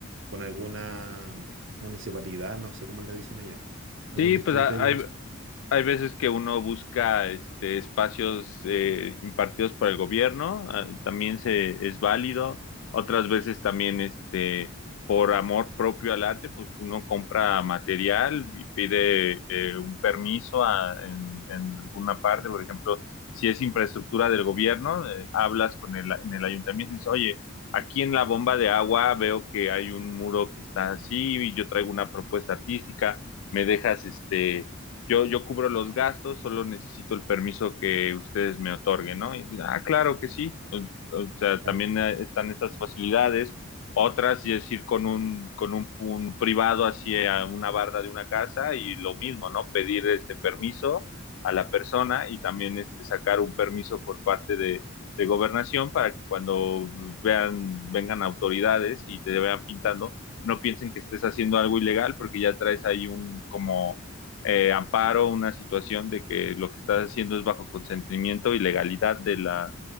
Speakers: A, on the right; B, on the left.
A: con alguna municipalidad, no sé cómo le dicen allá, algún
B: Sí,
A: distrito,
B: pues a-
A: alguna
B: hay, Hay veces que uno busca este, espacios eh, impartidos por el gobierno, ah, también se, es válido. Otras veces también este, por amor propio al arte, pues uno compra material y pide eh, un permiso a- en, en alguna parte. Por ejemplo, si es infraestructura del gobierno, eh, hablas con el, en el ayuntamiento y dices, oye, aquí en la bomba de agua veo que hay un muro que está así y yo traigo una propuesta artística, me dejas este yo, yo cubro los gastos, solo necesito el permiso que ustedes me otorguen, ¿no? Y dice, ah, claro que sí. O, o sea, también
A: Ah,
B: eh, están estas facilidades. Otras, es ir con un, con un, un privado hacia una barda de una casa y lo mismo, ¿no? Pedir este permiso a la persona y también este, sacar un permiso por parte de, de gobernación para que cuando vean, vengan autoridades y te vean pintando, no piensen que estés haciendo algo ilegal porque ya traes ahí un como eh, amparo, una situación de que lo que estás haciendo es bajo consentimiento y legalidad de la,